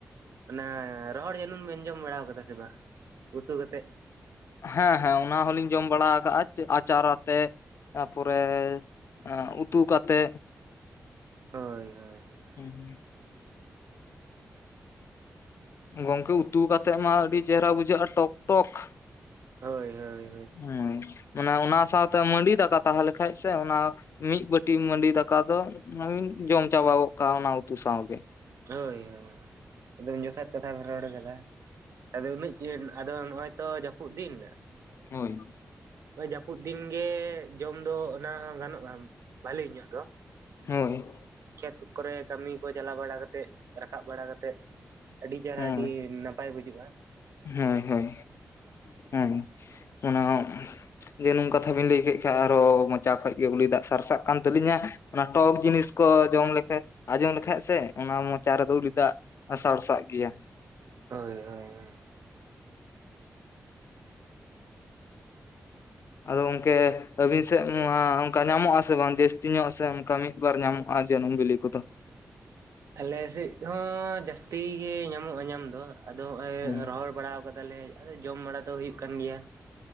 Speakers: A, on the right (about 80°); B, on the left (about 60°).
A: ᱚᱱᱟ ᱨᱚᱦᱚᱲ ᱡᱟᱹᱱᱩᱢ ᱵᱤᱱ ᱡᱚᱢ ᱵᱟᱲᱟᱣ ᱠᱟᱫᱟ ᱥᱮ ᱵᱟᱝ, ᱩᱛᱩ ᱠᱟᱛᱮᱫ?
B: ᱦᱮᱸ ᱦᱮᱸ ᱚᱱᱟ ᱦᱚᱸᱞᱤᱧ ᱡᱚᱢ ᱵᱟᱲᱟᱣ ᱠᱟᱜᱼᱟ ᱟᱪᱟᱨ ᱟᱛᱮ, ᱛᱟᱯᱚᱨᱮᱼᱼ ᱮ ᱩᱛᱩ ᱠᱟᱛᱮᱫ ᱾
A: ᱦᱳᱭ ᱦᱳᱭ
B: ᱦᱩᱸ ᱦᱩᱸ ᱜᱚᱝᱠᱮ ᱩᱛᱩ ᱠᱟᱛᱮᱜ ᱢᱟ ᱟᱹᱰᱤ ᱪᱮᱦᱨᱟ ᱵᱩᱡᱷᱟᱹᱜᱼᱟ ᱴᱚᱠ ᱴᱚᱠ ᱾
A: ᱦᱳᱭ ᱦᱳᱭ ᱦᱳᱭ
B: <unintelligible> ᱢᱟᱱᱮ ᱚᱱᱟ ᱥᱟᱶᱛᱮ ᱢᱟᱹᱰᱤ ᱫᱟᱠᱟ ᱛᱟᱸᱦᱮ ᱞᱮᱱ ᱠᱷᱟᱡ ᱥᱮ ᱚᱱᱟ ᱼᱼ ᱢᱤᱫ ᱵᱟᱹᱴᱤ ᱢᱟᱹᱰᱤ ᱫᱟᱠᱟ <unintelligible> ᱡᱚᱢ ᱪᱟᱵᱟ ᱜᱚᱜ ᱠᱟᱜ-ᱟ ᱚᱱᱟ ᱩᱛᱩ ᱥᱟᱶᱜᱮ᱾
A: ᱦᱳᱭ ᱦᱳᱭ ᱮᱫᱚᱢ ᱡᱚᱛᱷᱟᱫ᱾ ᱠᱟᱛᱷᱟ ᱵᱮᱢ ᱨᱚᱲ ᱠᱟᱫᱟ, ᱟᱫᱚ ᱩᱱᱟᱹᱜ <unintelligible> ᱟᱫᱚ ᱱᱚᱜ-ᱚᱭ ᱛᱚ ᱡᱟᱹᱯᱩᱫ ᱫᱤᱱ᱾
B: ᱦᱳᱭ
A: <unintelligible> ᱡᱟᱹᱯᱩᱫ ᱫᱤᱱ ᱜᱮ ᱡᱚᱢ ᱫᱚ ᱚᱱᱟ ᱦᱚᱸ ᱜᱟᱱᱚᱜ-ᱟ᱾ ᱵᱷᱟᱹᱞᱮ ᱧᱚᱜ ᱫᱚ᱾
B: ᱦᱳᱭ
A: ᱠᱷᱮᱛ ᱠᱚᱨᱮ ᱠᱟᱹᱢᱤ ᱠᱚ ᱪᱟᱞᱟᱣ ᱵᱟᱲᱟ ᱠᱟᱛᱮᱫ ᱨᱟᱠᱟᱵ ᱵᱟᱲᱟ ᱠᱟᱛᱮᱫ ᱟᱹᱰᱤ ᱪᱮᱦᱨᱟ
B: ᱦᱳᱭ
A: ᱟᱹᱰᱤ᱾ <unintelligible> ᱯᱟᱭ ᱵᱩᱡᱩᱜ-ᱟ᱾
B: ᱦᱳᱭ ᱦᱳᱭ <unintelligible> ᱚᱱᱟ᱾ ᱡᱟᱱᱩᱢ ᱠᱟᱛᱷᱟ ᱵᱮᱱ ᱞᱟᱹᱭ ᱠᱮᱜ ᱠᱷᱟᱡ ᱟᱨᱚ ᱢᱚᱪᱟ ᱠᱷᱚᱱ ᱜᱮ ᱩᱞᱤ ᱫᱟᱜ ᱥᱟᱨᱥᱟᱜ ᱠᱟᱱ ᱛᱟᱹᱞᱤᱧᱟ᱾ ᱚᱱᱟ ᱴᱚᱠ ᱡᱤᱱᱤᱥ ᱠᱚ ᱡᱚᱢ ᱞᱮᱠᱷᱟᱡ ᱟᱸᱡᱚᱢ ᱞᱮᱠᱷᱟᱡ ᱥᱮ᱾ ᱚᱱᱟ ᱢᱚᱪᱟ ᱨᱮᱫᱚ ᱩᱞᱤ ᱫᱟᱜ ᱥᱟᱲᱥᱟᱜ ᱜᱮᱭᱟ᱾
A: ᱦᱳᱭ ᱦᱳᱭ ᱦᱳᱭ <inaudible>
B: ᱟᱫᱚ ᱜᱚᱝᱠᱮ ᱟᱵᱤᱱ ᱥᱮᱫ ᱢᱟ ᱚᱱᱠᱟ ᱧᱟᱢᱚᱜ-ᱟ ᱥᱮ ᱵᱟᱝ ᱡᱟᱹᱥᱛᱤ ᱧᱚᱜ ᱥᱮ ᱚᱱᱠᱟ ᱢᱤᱫ᱾ ᱵᱟᱨ ᱧᱟᱢᱚᱜ-ᱟ ᱡᱟᱹᱱᱩᱢ ᱵᱤᱞᱤ ᱠᱚ ᱫᱚ᱾
A: ᱟᱞᱮ ᱥᱮᱫ ᱦᱚ ᱡᱟᱹᱥᱛᱤ ᱜᱮ ᱧᱟᱢᱚᱜ-ᱟ ᱧᱟᱢ ᱫᱚ᱾ ᱟᱫᱚ ᱦᱚᱸᱜ-ᱚᱭ
B: ᱦᱮᱸ
A: ᱨᱚᱦᱚᱲ ᱵᱟᱲᱟᱣ ᱠᱟᱫᱟ ᱞᱮ ᱟᱫᱚ ᱡᱚᱢ ᱵᱟᱲᱟ ᱫᱚ ᱦᱩᱭᱩᱜ ᱠᱟᱱ ᱜᱮᱭᱟ᱾